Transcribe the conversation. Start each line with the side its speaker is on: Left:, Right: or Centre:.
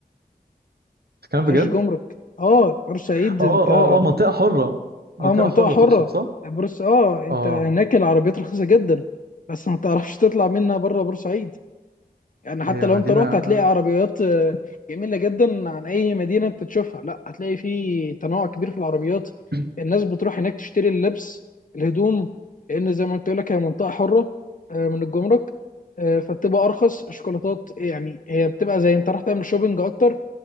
Right: بتتكلم
Left: ملهاش
Right: بجد؟
Left: جمرك اه بورسعيد
Right: اه
Left: انت
Right: اه اه اه، منطقة حرة منطقة
Left: اه منطقه
Right: حرة
Left: حره
Right: تقصد صح؟
Left: بورس اه انت
Right: اه
Left: هناك العربيات رخيصه جدا بس ما تعرفش تطلع منها بره بورسعيد يعني حتى
Right: هي
Left: لو
Right: مدينة
Left: انت رحت
Right: آه،
Left: هتلاقي عربيات آه، جميلة جدا عن اي مدينة انت تشوفها لا هتلاقي في تنوع كبير في العربيات
Right: <clears throat>
Left: الناس بتروح هناك تشتري اللبس الهدوم لان زي ما قلت لك هي منطقة حرة آه، من الجمرك آه، فبتبقى ارخص الشوكولاتات يعني هي بتبقى زي انت راح تعمل شوبينج اكتر